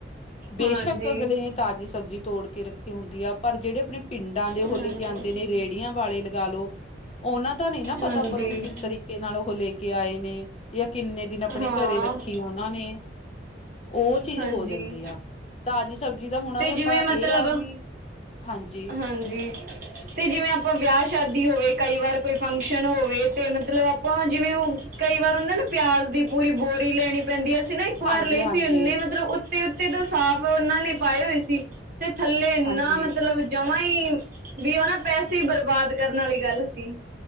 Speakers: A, on the left (about 35°); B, on the right (about 50°).
A: ਬੇਸ਼ੱਕ
B: ਹਾਂਜੀ,
A: ਅਗਲੇ ਨੇ, ਤਾਜ਼ੀ ਸਬਜ਼ੀ ਤੋੜ ਕੇ ਰੱਖੀ ਹੁੰਦੀ ਆ, ਪਰ ਜੇਹੜੇ ਆਪਣੇ ਪਿੰਡਾਂ ਦੇ ਓਹ
B: ਹਾਂਜੀ,
A: ਲੈ ਕੇ ਆਉਂਦੇ ਨੇ, ਰੇਹੜੀਆਂ ਵਾਲੇ ਲਗਾ ਲਓ, ਓਨਾਂ ਦਾ ਨੀ ਨਾ ਪਤਾ
B: ਹਾਂਜੀ
A: ਨੂੰ ਵੀ ਕਿਸ ਤਰੀਕੇ ਨਾਲ ਓਹ ਲੈ ਕੇ ਆਏ ਨੇ, ਯਾ ਕਿੰਨੇ ਦਿਨ ਅਪਣੇ
B: ਹਾਂ,
A: ਘਰੇ ਰੱਖੀ ਓਨਾਂ ਨੇ, ਔ ਚੀਜ਼
B: ਹਾਂਜੀ।
A: ਹੋ ਜਾਂਦੀ ਆ, ਤਾਜ਼ ਸਬਜ਼ੀ ਦਾ ਹੋਣਾ
B: ਤੇ
A: ਏ
B: ਜਿਵੇਂ
A: ਆਪਾਂ, ਏਹ
B: ਮਤਲਬ
A: ਆ ਵੀ ਹਾਂਜੀ
B: ਹਾਂਜੀ। ਤੇ ਜਿਵੇਂ, ਆਪਾਂ ਵਿਆਹ ਸ਼ਾਦੀ ਹੋਵੇ, ਕਈ ਵਾਰ ਕੋਈ ਫੰਕਸ਼ਨ ਹੋਵੇ ਤੇ, ਮਤਲਬ ਆਪਾਂ ਜਿਵੇਂ ਕਈ ਵਾਰ, ਉਹਨਾਂ ਨੂੰ ਪਿਆਜ ਦੀ ਪੂਰੀ ਬੋਰੀ ਲੈਣੀ ਪੈਂਦੀ ਐ, ਅਸੀਂ ਨਾ ਇੱਕ ਵਾਰ
A: ਹਾਂਜੀ
B: ਲਈ
A: ਹਾਂਜੀ
B: ਸੀ। ਐਨੇ ਮਤਲਬ ਤੇ ਉੱਤੇ ਤੇ, ਸਾਫ਼ ਓਨਾਂ ਨੇ ਪਾਏ ਹੋਏ ਸੀ। ਤੇ ਥੱਲੇ ਏਨਾ
A: ਹਾਂਜੀ
B: ਮਤਲਬ ਜਮਾ ਈ, ਵੀ ਓ ਨਾ ਪੈਸੇ ਬਰਬਾਦ, ਕਰਨ ਵਾਲੀ ਗੱਲ ਸੀ।